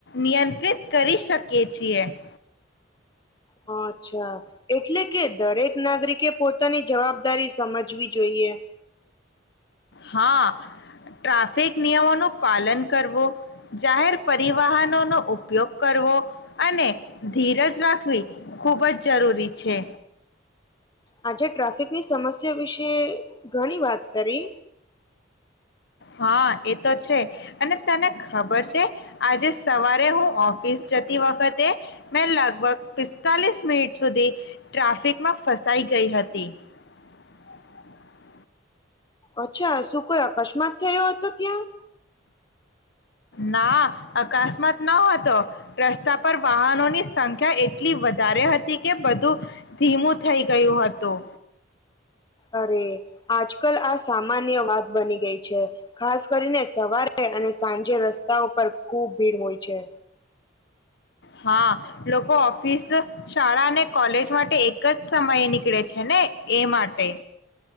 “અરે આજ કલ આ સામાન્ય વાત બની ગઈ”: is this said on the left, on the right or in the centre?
Left